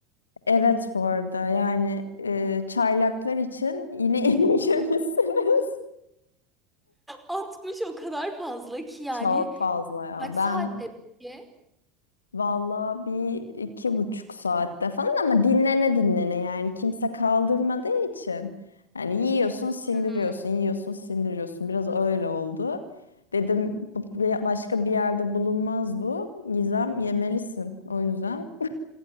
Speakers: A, on the left; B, in the centre.
A: Evet bu arada yani e, çaylaklar için yine <laughs> erimişsiniz.
B: 60 o kadar fazla ki yani.
A: Çok fazla ya.
B: Kaç saatte
A: Ben
B: peki?
A: valla bir iki buçuk saatte falan ama dinlene dinlene yani kimse kaldırmadığı için. Yani yiyorsun sindiriyorsun
B: Hı hı.
A: yiyorsun sindiriyorsun biraz öyle oldu. Dedim bu- bu- başka bir yerde bulunmaz bu. Gizem yemelisin o yüzden.